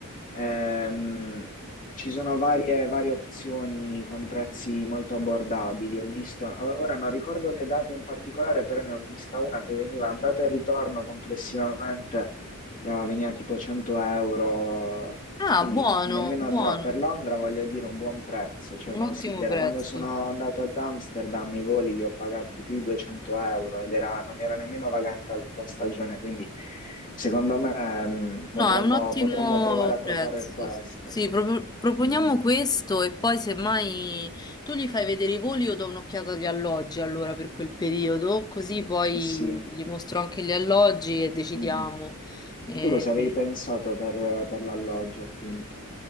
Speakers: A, on the left; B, on the left.
A: Ehm, ci sono varie, varie opzioni con prezzi molto abbordabili. Ho visto, ora non ricordo le date in particolare, però ne ho vista una che veniva andata e ritorno complessivamente, eh, veniva tipo 100 euro,
B: Ah,
A: quindi
B: buono,
A: nemmeno
B: buono.
A: troppo. Per Londra voglio dire un buon prezzo, cioè
B: Un
A: considera,
B: ottimo prezzo.
A: quando sono andato ad Amsterdam i voli li ho pagati più di 200 euro ed era, non era nemmeno vagante alta stagione, quindi secondo me mh,
B: No,
A: potremmo,
B: è un ottimo
A: potremmo provare a
B: prezzo.
A: proporre questo.
B: Sì, pro- proponiamo
A: Mm,
B: questo e poi semmai tu gli fai vedere i voli, io do un'occhiata agli alloggi allora per quel periodo, così poi
A: sì.
B: gli mostro anche gli alloggi e decidiamo.
A: Mm, mm.
B: Eh,
A: Tu cosa avevi pensato per, per l'alloggio, appunto?